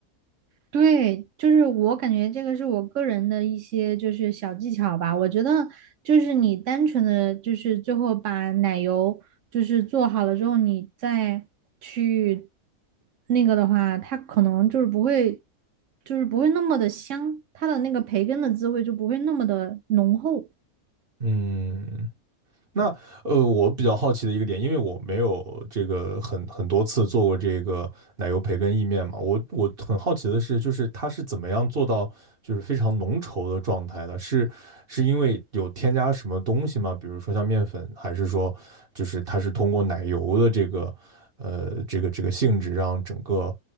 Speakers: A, on the right (about 65°); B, on the right (about 45°).
A: 对，就是我感觉这个是我个人的一些就是小技巧吧。我觉得就是你单纯的就是最后把奶油就是做好了之后，你再去那个的话，它可能就是不会，就是不会那么的香，它的那个培根的滋味就不会那么的浓厚。
B: 嗯那呃，我比较好奇的一个点，因为我没有这个很很多次做过这个奶油培根意面嘛，我我很好奇的是，就是它是怎么样做到就是非常浓稠的状态的？是是因为有添加什么东西吗？比如说像面粉，还是说就是它是通过奶油的这个呃这个这个性质让整个